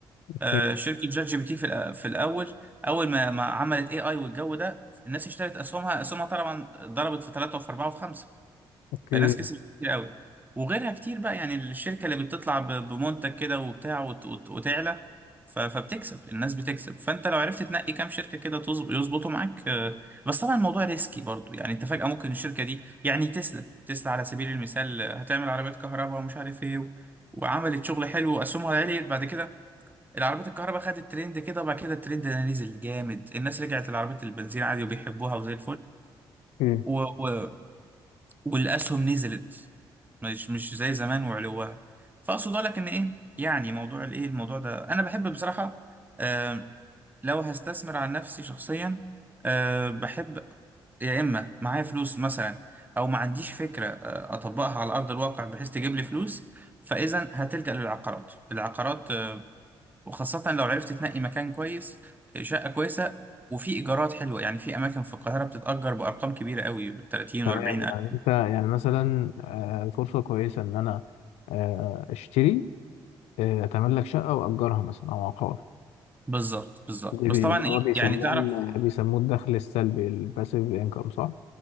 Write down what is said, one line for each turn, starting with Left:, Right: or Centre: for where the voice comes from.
Left: أوكي
Right: آه، شركه شات جي بي تي في الأ- في الاول اول ما ما عملت اي اي والجو ده الناس اشترت اسهمها اسهمها طبعا ضربت في ثلاثه وفي اربعه وفي خمسه
Left: أوكي
Right: فالناس كسبت كتير قوي وغيرها كتير بقى يعني الشركة اللي بتطلع ب- بمنتج كده وبتاع وت- وت- وتعلى ف- فبتكسب الناس بتكسب فانت لو عرفت تنقي كام شركة كده تظب- يظبطوا معاك آه، بس طبعا الموضوع ريسكي برضو يعني انت فجأة ممكن الشركة دي يعني تسلا تسلا على سبيل المثال آه، هتعمل عربيات كهرباء ومش عارف ايه و- وعملت شغل حلو واسهمها عليت بعد كده العربيات الكهرباء خدت ترند كده وبعد كده الترند ده نزل جامد الناس رجعت لعربيات البنزين عادي وبيحبوها وزي
Left: أوكي
Right: الفل والاسهم نزلت مش مش زي زمان وعلوها فاقصد لك ان ايه يعني موضوع الايه الموضوع ده انا بحب بصراحه آم، لو هستثمر عن نفسي شخصيا آه، بحب يا اما معايا فلوس مثلا او ما عنديش فكره آه، اطبقها على ارض الواقع بحيث تجيب لي فلوس فاذا هتلجأ للعقارات العقارات آه، وخاصه لو عرفت تنقي مكان كويس آه، شقه كويسه وفي ايجارات حلوه يعني في اماكن في القاهره بتتأجر بارقام كبيره قوي 30
Left: تمام
Right: و40
Left: يعني
Right: الف.
Left: أنت يعني مثلا آه، فرصة كويسة إن أنا آه، أشتري آه، أتملك شقة وأجرها مثلا أو عقار
Right: بالظبط بالظبط
Left: دي
Right: بس
Left: بي-
Right: طبعا
Left: ده
Right: ايه
Left: هو بيسمون
Right: يعني تعرف
Left: بيسموه الدخل السلبي الباسيف إنكم صح؟